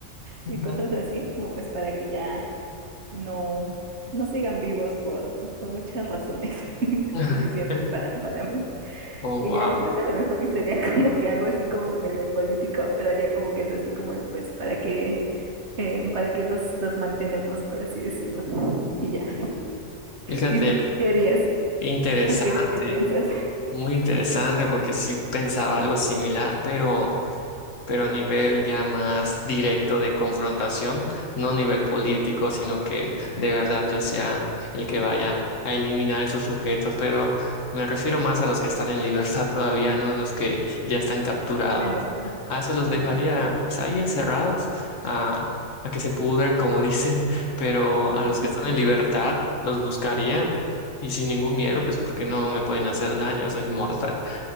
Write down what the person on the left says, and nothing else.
Ujú.
<laughs>
Oh,
wow.
Fíjate,
qué interesante,
muy interesante porque sí pensaba algo similar, pero... pero a nivel ya más directo de confrontación, no a nivel político, sino que de verdad yo sea el que vaya a eliminar esos sujetos, pero me refiero más a los que están en libertad todavía, no en los que ya están capturados.
A esos los
dejaría
pues ahí encerrados, a, a que se pudran, como dicen, <laughs> pero a los que están
en libertad
los buscaría y sin ningún miedo, pues porque no me pueden hacer daño, soy inmortal